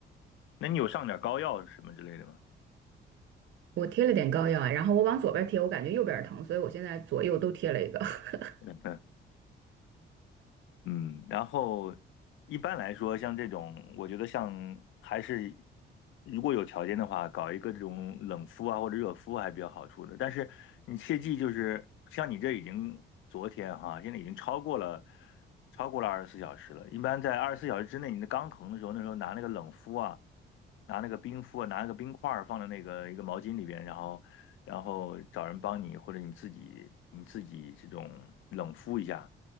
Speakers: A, on the left; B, on the right.
A: 那你有上点膏药什么之类的吗？
B: 我贴了点膏药啊，然后我往左边贴，我感觉右边疼，所以我现在左右都贴了一个。<laughs>
A: <laughs> 嗯，然后一般来说，像这种，我觉得像还是如果有条件的话，搞一个这种冷敷啊或者热敷还比较好处的。但是你切记，就是像你这已经昨天哈，现在已经超过了超过了二十四小时了。一般在二十四小时之内，你的刚疼的时候，那时候拿那个冷敷啊，拿那个冰敷啊，拿那个冰块儿放在那个一个毛巾里边，然后然后找人帮你，或者你自己你自己这种冷敷一下。